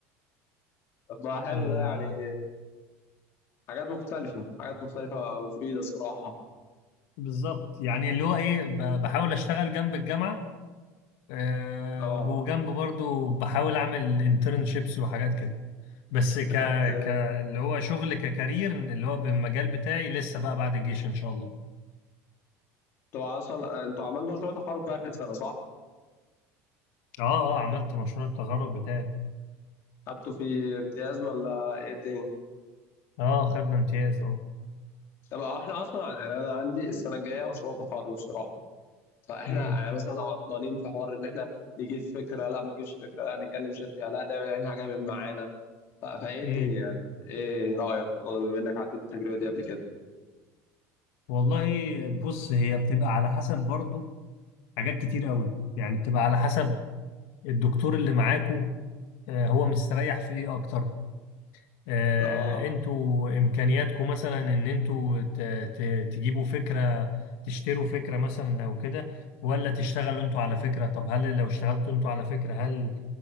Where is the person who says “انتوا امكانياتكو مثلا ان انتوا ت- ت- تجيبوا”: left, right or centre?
Left